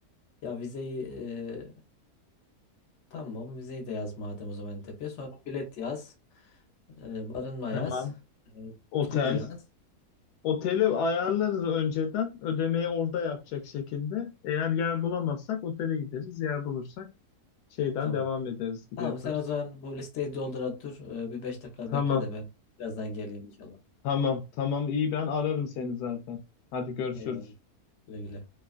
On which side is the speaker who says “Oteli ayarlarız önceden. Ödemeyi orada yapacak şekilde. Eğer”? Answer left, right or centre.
Left